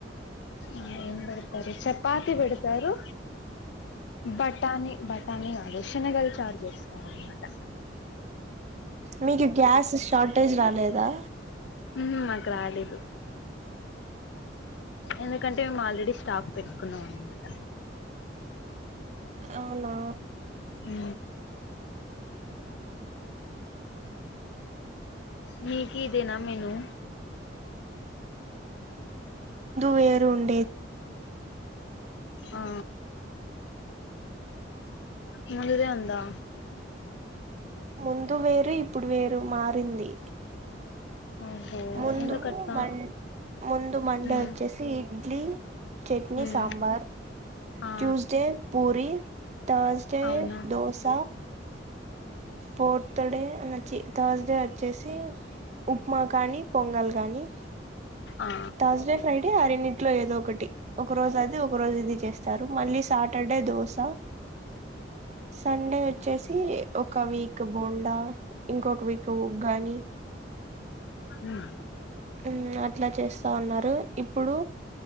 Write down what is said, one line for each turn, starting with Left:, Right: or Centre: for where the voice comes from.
Left: ఆ ఏం పెడతారు చపాతి పెడతారు బఠానీ బఠానీ కాదు షనగలు చారు చేస్తారు అనమాట
Right: మీకు గ్యాస్ షార్టేజ్ రాలేదా
Left: ఊ మాకు రాలేదు ఎందుకంటే మా ఆల్రెడీ స్టాక్ పెట్టుకున్నాం అనమాట
Right: అవునా
Left: ఊ మీకీదినం మేలు
Right: వేరుండే
Left: ఆ నీ మీదే ఉందా
Right: ముందు వేరు ఇప్పుడు వేర్ డు మారింది
Left: ఓహో
Right: ముందు
Left: ఎందుకట్లా
Right: మం ముందు మండే
Left: ఉమ్
Right: వచ్చేసి ఇడ్లీ చట్నీ
Left: ఉమ్
Right: సాంబార్
Left: ఆ
Right: ట్యూస్డే పూరి థర్స్డే
Left: అవునా
Right: దోస ఫోర్త్ డే అహ ఛీ థర్స్ డే వచ్చేసి లే ఉప్మా కానీ పొంగల్ గానీ
Left: ఆ
Right: థర్స్ డే ఫ్రై డే ఆ రెండు డింట్లో ఏదో ఒకటి ఒక రోజు అది ఒక రోజు ఇది చేస్తారు మళ్ళీ సాటర్డే దోశ సండే వచ్చేసి ఒక వీక్ బోండా ఇంకొక వీక్ ఉగ్గాని
Left: హ్మ్
Right: హ్మ్ అట్లా చేస్తా ఉన్నారు ఇప్పుడు